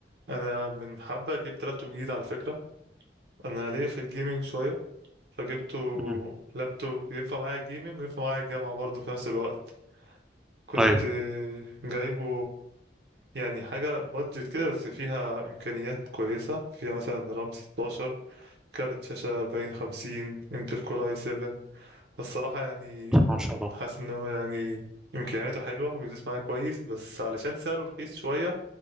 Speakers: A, on the right; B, in the centre.
A: أنا من حبة جبت لابتوب جديد على فكرة أنا ليا في الجيمنج شوية فجبته
B: مم.
A: لابتوب ينفع معايا الجيمنج وينفع معايا الجامعة برضه في نفس الوقت كنت
B: ايوه
A: جايبه يعني حاجة بادجت كده بس فيها إمكانيات كويسة فيها مثلا رام 16 كارت شاشة 40 50 انتل كور اي 7 فالصراحة يعني
B: ما شاء الله
A: حاسس إن هو يعني إمكانياته حلوة وبيدوس معايا كويس بس علشان سعره رخيص شوية